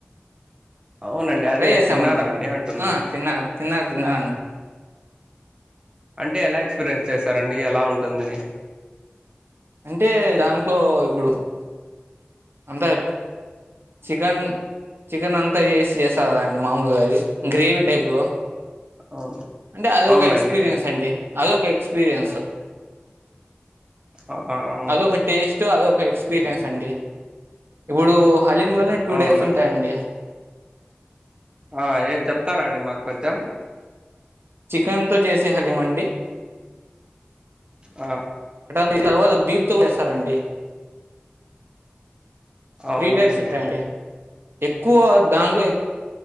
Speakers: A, on the right; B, on the right.
A: అవునండి అదే
B: ట్రై చేసామండి
A: తిన్నారా అండి అంటున్నా
B: ఆ తిన్నా తిన్న తిన్నం
A: అంటే ఎలా ఎక్స్పీరియన్స్ చేస్తారండి ఎలా ఉంటుందని
B: అంటే దాంట్లో ఇప్పుడు అంతా చికన్ చికెన్ అంతా ఏసి చేస్తారండి మామూలుగా అది గ్రేవీ టైప్లో.
A: అవును
B: అంటే అదొక
A: అవునండి
B: ఎక్స్పీరియన్స్ అండి అదొక ఎక్స్పీరియన్స్.
A: ఆహా అవునండి
B: అదొక టేస్ట్ అది ఒక ఎక్స్ పిరియన్స్ అండి ఇప్పుడు హలీమ్ లోనే టూ
A: అవునా
B: టైప్స్ ఉంటాయండి.
A: అండి ఆ ఏది చెప్తారండి మాకు కొంచెం.
B: చికెన్ తో చేసే హలీమండి.
A: ఆ
B: దీని తర్వాత బీఫ్ తో కూడా చేస్తారండి.
A: అవునా
B: త్రీ టైప్స్
A: అండి
B: ఉంటాయండి. ఎక్కువ దానిలో ఎ